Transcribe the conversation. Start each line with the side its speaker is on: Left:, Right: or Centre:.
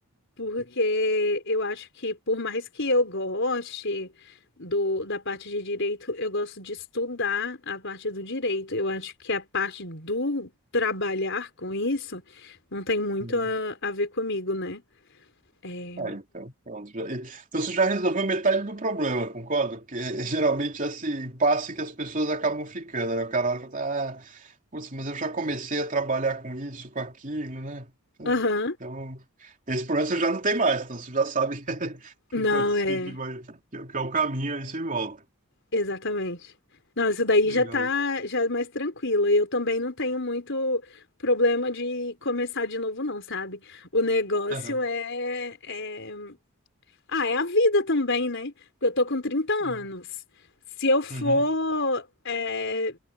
Left: Porque eu acho que por mais que eu goste do, da parte de direito, eu gosto de estudar a parte do direito. Eu acho que a parte do trabalhar com isso não tem muito
Right: Uhum.
Left: a, a ver comigo, né? É,
Right: Ah, então, pronto. já- Então você já resolveu metade do problema, concordo? Porque <laughs> geralmente é geralmente esse impasse que as pessoas acabam ficando, né? O cara olha e fala, ah, putz, mas eu já comecei a trabalhar com isso, com aquilo, né?
Left: Aham.
Right: Então, esse problema você já não tem mais, então você já sabe <laughs>
Left: Não,
Right: que, pode-
Left: é.
Right: que, que vai, que, é que é o caminho, aí você volta.
Left: Exatamente. Não, isso daí
Right: Legal.
Left: já tá já é mais tranquilo. Eu também não tenho muito problema de começar de novo, não, sabe? O negócio
Right: Aham.
Left: é, é... Ah, é a vida também, né? Porque Eu tô com trinta anos.
Right: Uhum.
Left: Se eu for
Right: Uhum.
Left: é,